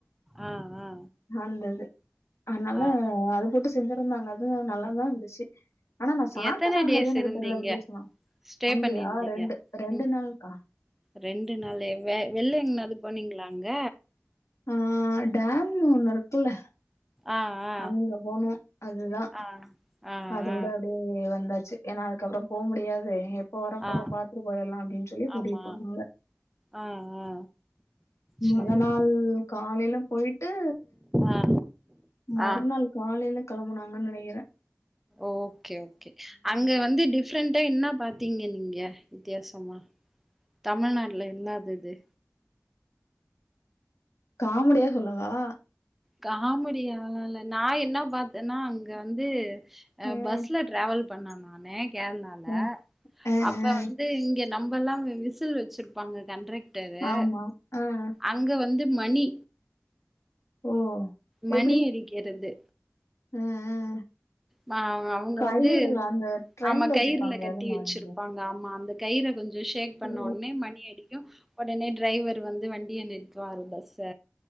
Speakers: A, in the centre; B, on the left.
A: ஆ ஆ
B: அந்த இது அனால
A: ஆ
B: அது போட்டு செஞ்சிருந்தாங்க அதுவு நல்லாதா இருந்துச்சு ஆனா நா சாட்டனாங்கறது
A: எத்தன டேஸ்
B: எனக்கு
A: இருந்தீங்க
B: தெர்ல விதியாசமா
A: ஸ்டே
B: அங்கயா
A: பண்ணிருந்தீங்க
B: ரெண்டு ரெண்டு
A: ம்
B: நாளு கா
A: ரெண்டு நாள்லே வே வெள்ளெங்கனாது போனீங்களா அங்க
B: ஆஹ் டேம் ஒண்ணு இருக்குல்ல
A: ஆ ஆ
B: அங்க போன அதுதா
A: ஆ ஆ
B: அதோட
A: ஆ
B: அப்டியே வந்தாச்சு ஏன்னா அதுக்கப்றம் போமுடியாது எப்போ வர போறோ
A: ஆ
B: பாத்துட்டு போயர்லா அப்டின் சொல்லி கூட்டிட்
A: ஆமா
B: போனாங்க
A: ஆ ஆ
B: மொத
A: சேரி
B: நாள் காலைல போய்ட்டு
A: ஆ
B: மறுநாள்
A: ஆ
B: காலைல களம்புனாங்கன்னு நெனைகிற
A: ஓகே ஓகே அங்க வந்து டிஃப்ரெண்டா என்ன பாத் திங்க நீங்க வித்தியாசமா தமிழ்நாடுல இல்லாதது
B: காமடியா சொல்லவா
A: காமிடியாலால்ல நா என்னா பாத்தேன்னா அங்க வந்து அ
B: ம்
A: பஸ்ல ட்ராவல் பண்ண நானு கேரளால ல்ல
B: ம் ஆ
A: அப்ப
B: ஆ
A: வந்து இங்க நம்பல்லா விசில் வச்சிருப்பாங்க கண்ட்ரக்டரு
B: ஆமா ஆ ஆ
A: அங்க வந்து மணி
B: ஓ
A: மணி
B: எப்படி?
A: அடிக்கறது
B: அ அ
A: நா அவுங்க
B: கயிறுல
A: வந்து
B: அந்த ட்ரெயின்ல
A: ஆமா
B: வச்சிருப்பாங்களே
A: கயிர்ல கட்டி
B: அது மாதிரி.
A: வச்சிருப்பாங்க ஆமா அந்த கயிற கொஞ்சோ ஷேக் பண்ண
B: ஓ!
A: ஓட்னே மணி அடிக்கு ஒடனே டிரைவர் வந்து வண்டிய நிறத்துவாரு பஸ் த